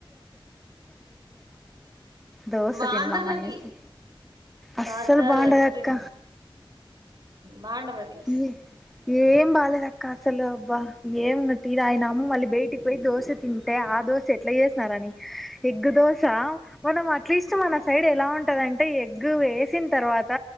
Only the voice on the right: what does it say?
బాగుండవు
అవి
పాస్తా
స్ప్రింగ్ బాగుండవు అవి